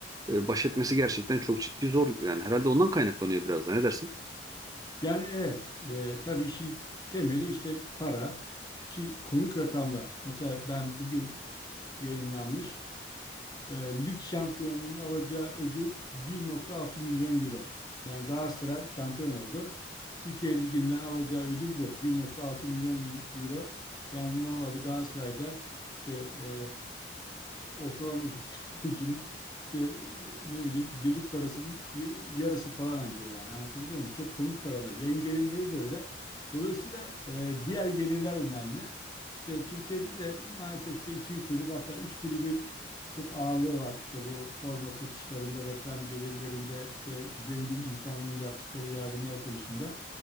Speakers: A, on the right; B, on the left.
A: e, baş etmesi gerçekten çok ciddi zor. Yani herhalde ondan kaynaklanıyor biraz da. Ne dersin?
B: Yani evet, e, tabii işin temeli işte para ki komik rakamlar. Mesela ben bugün yayınlanmış e, lig şampiyonunun alacağı ödül 1.6 milyon euro. Yani Galatasaray şampiyon oldu. Türkiye Ligi'nden alacağı ödül bu. 1.6 milyon euro. Yani normalde Galatasaray'da işte e, ortalama bir <laughs> futbolcunun işte e, ne bileyim yıllık parasının y- yarısı falan anca yani anlatabiliyor muyum? Çok komik paralar. Yayın gelirleri de öyle. Dolayısıyla e, diğer gelirler önemli. İşte Türkiye'de de maalesef işte iki kulüp hatta üç kulübün çok ağırlığı var. İşte bu forma satışlarında, reklam gelirlerinde, işte zengin insanların yaptıkları yardımlar konusunda.